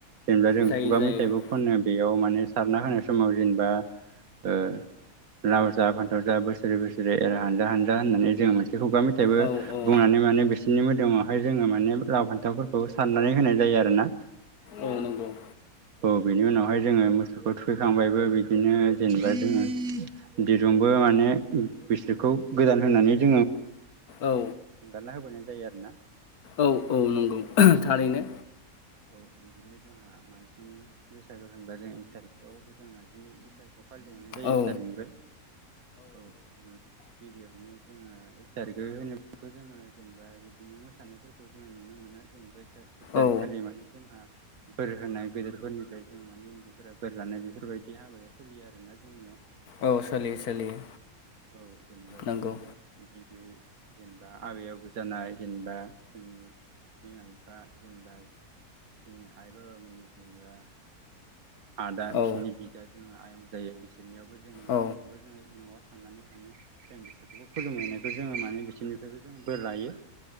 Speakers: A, on the right (about 70°); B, on the left (about 75°).
A: जेनेबा जों
B: जायो
A: खुगा
B: जायो
A: मेथाइबो खनो बेयाव माने सारना होनाय समाव जेनेबा ओ लाव जा फान्थाव जा बोसोरै बोसोरै एरा हानजा हानजा होननानै जों मोनसे बे खुगा मेथाइबो
B: औ औ
A: माने माने बिसोरनि मोदोमावहाय जोङो माने लाव फान्थावफोरखौ साननानै होनाय जायो आरोना
B: औ नंगौ
A: <inaudible> औ बिनि उनावहाय जोङो मोसौखौ थुखैखांबायबो बिदिनो जेनेबा जोङो दिरुं -बो माने बिसोरखौ गोदान होनानै जोङो
B: औ
A: एंगारना होबोनाय जायो आरोना
B: औ औ नंगौ थारैनो
A: औ बिदिनो जोंहा मानसिनि बैसागु होनबा जों एख थिरिखआवबो जों मानसिनि बैसागु
B: औ
A: <unintelligible> औ जोङो गिबियावनो जोङो एक थारिखै होनोबाथ' जोङो जेनेबा बिदिनो मोसानायफोरखौ जोङो नुनो मोना एक थारिक
B: औ
A: खालि माने जोंहा बोर होनाय गिदिरफोरनिफ्राय जों माने उन्दैफोरा बोर लानाय बेफोरबायदि हाबाया सोलियो आरोना जोंनियाव
B: औ सोलियो सोलियो
A: औ जेनेबा
B: नंगौ
A: जोङो गिबि जेनेबा आबै आबौ जानाय जेनेबा जोंनि बिमा बिफा जेनेबा जोंनि आइ बाबामोननि जेनेबा आदा बिसिनि
B: औ
A: बिदा जोंना आयं जायो बिसोरनियावबो जोङो
B: औ
A: बिसोरखौबो जोङो नआव थांनानै माने जों बिसोरखौबो खुलुमहैनायखौ जोङो माने बिसोरनिफ्रायबो जों बोर लायो